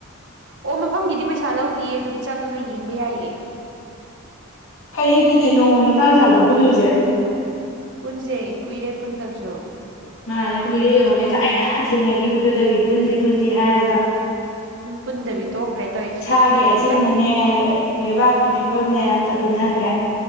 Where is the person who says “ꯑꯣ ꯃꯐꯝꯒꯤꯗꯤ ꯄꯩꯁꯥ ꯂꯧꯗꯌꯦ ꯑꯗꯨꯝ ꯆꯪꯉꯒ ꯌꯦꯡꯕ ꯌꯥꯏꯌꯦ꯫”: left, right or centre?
Right